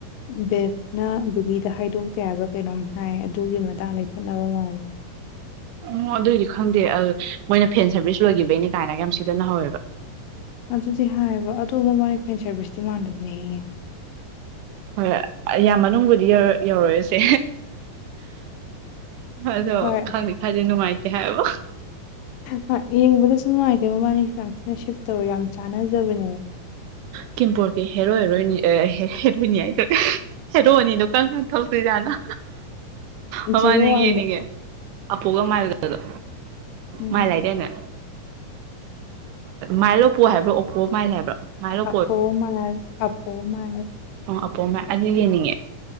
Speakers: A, on the left; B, on the right.
A: ꯕꯦ ꯅ ꯕꯦꯕꯤꯗ ꯍꯥꯏꯗꯣꯛꯇꯦ ꯍꯥꯏꯕ ꯀꯩꯅꯣꯝ ꯍꯥꯏ ꯑꯗꯨꯒꯤ ꯃꯇꯥꯡꯗ ꯈꯠꯅꯕ ꯃꯥꯜꯂꯤ
B: ꯑꯣ ꯑꯗꯨꯏꯗꯤ ꯈꯪꯗꯦ ꯃꯣꯏꯅ ꯐꯦꯟ ꯁꯔꯚꯤꯁ ꯂꯣꯏꯈꯤꯕꯒꯤꯅꯤ ꯀꯥꯏꯅꯒ ꯌꯥꯝ ꯁꯤꯗ ꯍꯧꯋꯦꯕ
A: ꯑꯗꯨꯗꯤ ꯍꯥꯏꯌꯦꯕ ꯑꯗꯣ ꯃꯃꯥꯏ ꯐꯦꯟ ꯁꯥꯔꯚꯤꯁꯇꯤ ꯃꯥꯟꯗꯕꯅꯦ ꯍꯦꯉꯦ
B: ꯍꯣꯏ ꯌꯥꯝ ꯃꯅꯨꯡꯕꯨꯗꯤ ꯌꯧꯔꯣꯏꯁꯦ ꯑꯗꯣ
A: ꯍꯣꯏ
B: ꯈꯪꯗꯦ ꯈꯔꯗꯤ ꯅꯨꯡꯉꯥꯏꯇꯦ ꯍꯥꯏꯕ
A: ꯍꯣꯏ ꯌꯦꯡꯕꯗꯁꯨ ꯅꯨꯡꯉꯥꯏꯇꯦꯕ ꯃꯥꯅꯤꯁꯨ ꯌꯥꯝꯊꯤꯅ ꯁꯤꯞ ꯇꯧ ꯌꯥꯝ ꯆꯥꯟꯅꯖꯕꯅꯦ
B: ꯀꯝꯄꯣꯔ ꯀꯦ ꯍꯦꯔꯣ ꯍꯦꯔꯣꯏꯅꯤ ꯑ ꯍꯦꯔꯣꯏꯅꯤ ꯍꯥꯏꯒꯦ ꯇꯧ ꯑ ꯍꯦꯔꯣ ꯑꯅꯤ ꯗꯣ ꯀꯥꯔꯝ ꯀꯥꯟ ꯊꯣꯛ ꯂꯛ ꯇꯣꯏ ꯖꯠꯅꯤ ꯑ ꯃꯕꯥꯅꯤ
A: ꯖꯤꯔꯣ ꯋꯥꯟꯗ
B: ꯌꯦꯡꯅꯤꯡꯉꯦ ꯑꯄꯨ ꯒꯥ ꯃꯥꯜ ꯒ ꯍꯗꯣ
A: ꯎꯝ
B: ꯃꯥꯏ ꯂꯩꯥꯏꯗꯦꯅꯦ ꯃꯥꯏ ꯂꯣꯞꯄꯣ ꯍꯥꯏꯕ꯭ꯔꯣ ꯑꯣꯄꯣ ꯃꯥꯏ ꯂꯩ ꯍꯥꯏꯕ꯭ꯔꯣ ꯃꯥꯏ ꯂꯣ
A: ꯄꯣ ꯃꯥ ꯑꯄꯣ ꯃꯥ
B: ꯑꯄꯣꯝꯝꯕ ꯑꯗꯨ ꯌꯦꯡꯅꯤꯡꯉꯦ